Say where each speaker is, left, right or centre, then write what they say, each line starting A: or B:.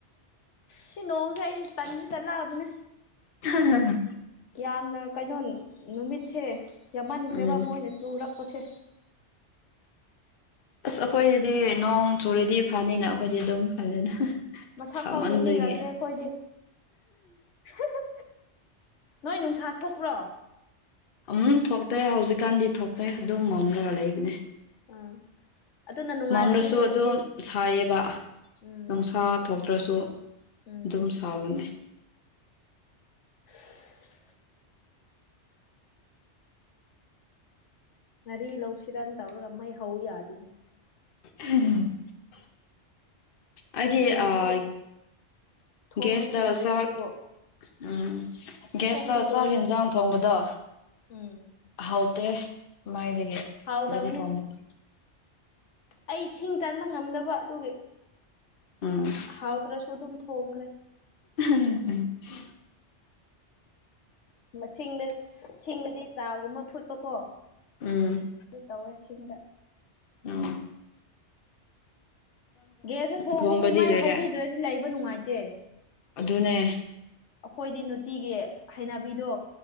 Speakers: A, on the left; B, on the left.
A: ꯁꯤ ꯅꯣꯡ ꯑꯩ ꯇꯟꯗꯤ ꯇꯟꯂꯛꯑꯥꯕꯅꯦ
B: ꯍꯥ ꯍꯥ ꯍꯥ
A: ꯌꯥꯝꯅ ꯀꯩꯅꯣ ꯅꯨꯃꯤꯠꯁꯦ ꯌꯥꯝꯃꯟꯈ꯭ꯔꯦꯕ
B: ꯎꯝ
A: ꯃꯣꯏꯅ ꯆꯨꯔꯛꯄꯁꯦ
B: ꯑꯁ ꯑꯩꯈꯣꯏꯒꯤꯗꯤ ꯅꯣꯡ ꯆꯨꯔꯤꯗꯤ ꯐꯅꯤꯅ ꯑꯩꯈꯣꯏꯗꯤ ꯑꯗꯨꯝ ꯈꯜꯂꯦꯅ
A: ꯃꯁꯛꯐꯥꯎ
B: ꯁꯥꯃꯟꯕꯒꯤ
A: ꯌꯦꯡꯅꯤꯡꯔꯛꯇ꯭ꯔꯦ ꯑꯩꯈꯣꯏꯗꯤ ꯍꯨ ꯍꯨ ꯅꯣꯏ ꯅꯨꯡꯁꯥ ꯊꯣꯛꯄ꯭ꯔꯣ
B: ꯎꯝ ꯊꯣꯛꯇꯦ ꯍꯧꯖꯤꯛꯀꯥꯟꯗꯤ ꯊꯣꯛꯇꯦ ꯑꯗꯨꯝ ꯃꯝꯂꯒ ꯂꯩꯕꯅꯦ
A: ꯑꯥ ꯑꯗꯨꯅ ꯅꯨꯡꯉꯥꯏꯕꯅꯦ
B: ꯃꯝꯗꯁꯨ
A: ꯅꯣꯏꯒꯤꯗꯤ
B: ꯑꯗꯨꯝ ꯁꯥꯏꯌꯦꯕ
A: ꯎꯝ
B: ꯅꯨꯡꯁꯥ ꯊꯣꯛꯇ꯭ꯔꯁꯨ
A: ꯎꯝ
B: ꯑꯗꯨꯝ ꯁꯥꯕꯅꯦ
A: <unintelligible> ꯉꯥꯔꯤ ꯂꯧꯁꯤꯔꯥ ꯇꯧꯔꯒ ꯃꯩ ꯍꯧ ꯌꯥꯗꯦꯅꯦ
B: <unintelligible> ꯑꯩꯗꯤ
A: ꯒ꯭ꯌꯥꯁꯇ
B: ꯑꯥ
A: ꯊꯣꯡꯕꯗꯤ
B: ꯒꯦꯁꯇ
A: ꯂꯣꯏꯔꯦ
B: ꯆꯥꯛ
A: ꯑꯗꯨꯕꯨ
B: ꯎꯝ ꯒꯦꯁꯇ
A: ꯊꯣꯡꯕꯗꯤ ꯂꯣꯏꯔꯦ
B: ꯆꯥꯛ ꯌꯦꯟꯁꯥꯡ ꯊꯣꯡꯕꯗꯣ
A: ꯎꯝ
B: ꯍꯥꯎꯇꯦ ꯃꯥꯥꯏꯗꯒꯤ
A: ꯍꯥꯎꯗꯕꯅꯦ
B: ꯑꯗꯨꯕꯨ ꯊꯣꯡꯕꯅꯤ
A: ꯑꯩ ꯁꯤꯡ ꯆꯟꯕ ꯉꯝꯗꯕ ꯑꯗꯨꯒꯤ
B: ꯎꯝ
A: ꯍꯥꯎꯇꯔꯁꯨ ꯑꯗꯨꯝ ꯊꯣꯡꯈ꯭ꯔꯦ
B: <unintelligible>
A: ꯃꯁꯤꯡꯗ ꯁꯤꯡꯗꯗꯤ ꯆꯥꯒꯨꯝꯕ ꯐꯨꯠꯄꯀꯣ
B: ꯎꯝ
A: ꯑꯗꯨ ꯇꯧꯋꯦ ꯁꯤꯡꯗ
B: ꯑꯣ
A: ꯒꯦꯌꯥꯁꯇ ꯊꯣꯡꯉꯁꯨ
B: ꯊꯣꯡꯕꯗꯤ
A: ꯃꯥꯏ
B: ꯂꯣꯏꯔꯦ
A: ꯍꯧꯕꯤꯗ꯭ꯔꯗꯤ ꯂꯩꯕ ꯅꯨꯡꯉꯥꯏꯇꯦ
B: ꯑꯗꯨꯅꯦ
A: ꯑꯩꯈꯣꯏꯗꯤ ꯅꯨꯡꯇꯤꯒꯤ ꯍꯩꯅꯕꯤꯗꯣ